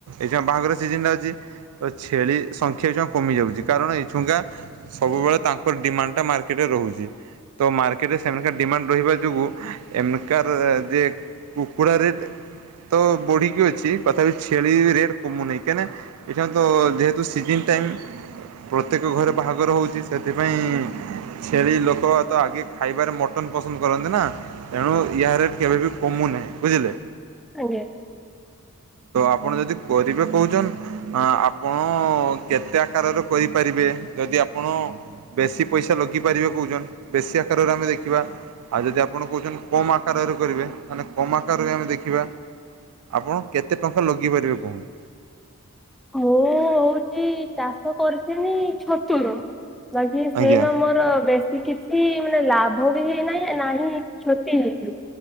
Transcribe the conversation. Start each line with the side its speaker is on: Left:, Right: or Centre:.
Right: ଏଛୁଆ ବାହାଘର ସିଜନଟା ଅଛି। ଆ ଛେଳି ସଂଖ୍ୟା ଏଛୁଆ କମି ଯାଉଛି କାରଣ ଏଇଛୁଙ୍କା ସବୁବେଳେ ତାଙ୍କର ଡିମାଣ୍ଡଟା ମାର୍କେଟରେ ରହୁଛି। ତ ମାର୍କେଟରେ ସେମାନକା ଡିମାଣ୍ଡ ରହିବା ଯୋଗୁଁ ଏମକାର ଯେ କୁକୁଡା ରେଟ ତ ବଢିକି ଅଛି ତଥାପି ଛେଳି ରେଟ୍ କମୁନି କାହିଁକି ନା? ଏଇଟାତ ଯେହେତୁ ସିଜିନ ଟାଇମ ପ୍ରତ୍ୟେକ ଘରେ ବାହାଘର ହଉଛି ସେଥିପାଇଁ ଛେଳି ଲୋକ ତ ଆଗେ ଖାଇବାରେ ମଟନ ପସନ୍ଦ କରନ୍ତି ନା ତେଣୁ ୟା ରେଟ କେବେବି କମୁନାହିଁ ବୁଝିଲେ?
Centre: ଆଜ୍ଞା।
Right: ତ ଆପଣ ଯଦି କରିବେ କହୁଛନ ଆପଣ କେତେ ଆକାରରେ କରିପାରିବେ ଯଦି ଆପଣ ବେଶୀ ପଇସା ଲଗିପାରିବେ କହୁଛନ୍ ବେଶୀ ଆକାରରେ ଆମେ ଦେଖିବା? ଆଉ ଯଦି ଆପଣ କହୁଛନ୍ତି କମ ଆକାରରେ କରିବେ ତାହେଲେ କମ ଆକାର ବି ଆମେ ଦେଖିବା? ଆପଣ କେତେ ଟଙ୍କା ଲଗେଇ ପାରିବେ କହଣ?
Centre: ମୁଁ ହଉଛି ଚାଷ କରିସିିନି ଛତୁର। ବାକି
Right: ଆଜ୍ଞା।
Centre: ସେନା ମୋର ବେଶୀ କି କିଛି ମାନେ ଲାଭ ବି ହେଇନାହିଁ ନାହିଁ କ୍ଷତି ହେଇଛି